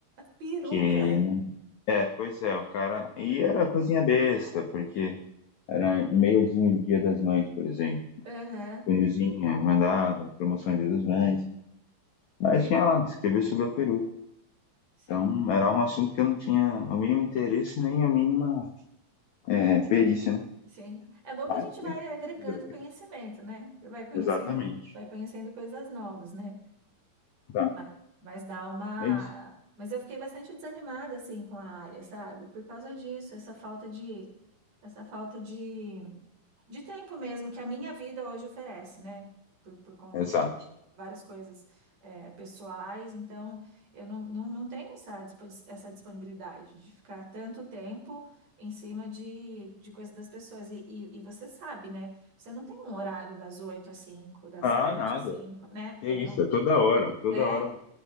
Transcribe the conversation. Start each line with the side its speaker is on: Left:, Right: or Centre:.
Right: Peruca.
Left: Que, é, pois é, o cara. E era coisinha besta, porque era e-mailzinho do Dia das Mães, por exemplo.
Right: Aham,
Left: Funilzinha, mandava, promoção do Dia das Mães. Mas tinha lá, escrever sobre a peruca.
Right: sim,
Left: Então era um assunto que eu não tinha o mínimo interesse nem a mínima é, perícia, né?
Right: sim. É bom
Left: Mas
Right: que a gente
Left: tinha
Right: vai
Left: que
Right: agregando
Left: fazer
Right: conhecimento, né? Vai conhecendo,
Left: Exatamente.
Right: vai conhecendo coisas novas, né?
Left: Tá,
Right: Mas, mas dá uma.
Left: é isso.
Right: Mas eu fiquei bastante desanimada assim com a área, sabe? Por causa disso, essa falta de essa falta de, de tempo mesmo que a minha vida hoje oferece, né? Por, por conta
Left: Exato.
Right: de várias coisas é, pessoais, então eu não, não, não tenho essa, dispos- essa disponibilidade de ficar tanto tempo em cima de, de coisas das pessoas. E, e, e você sabe, né? Você não tem um horário das 8 às 5, das
Left: Ah,
Right: 7
Left: nada.
Right: às 5, né?
Left: É
Right: É,
Left: isso,
Right: não,
Left: é toda hora, toda
Right: né?
Left: hora.